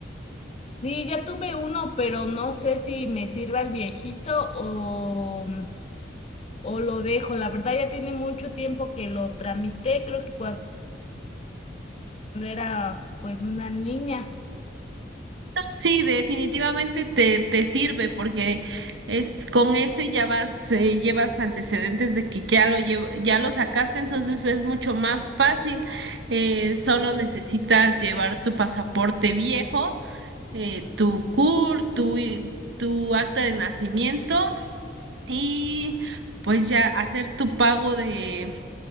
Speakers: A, on the left (about 35°); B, on the right (about 75°).
A: Sí, ya tuve uno, pero no sé si me sirva el viejito o, o lo dejo. La verdad ya tiene mucho tiempo que lo tramité, creo que cuando era pues una niña.
B: Sí, definitivamente te, te sirve porque es con ese ya vas, eh, llevas antecedentes de que ya lo llevo- ya lo sacaste, entonces es mucho más fácil. Eh, solo necesitas llevar tu pasaporte viejo, eh, tu CUR, tu, i- tu acta de nacimiento y pues ya hacer tu pago de,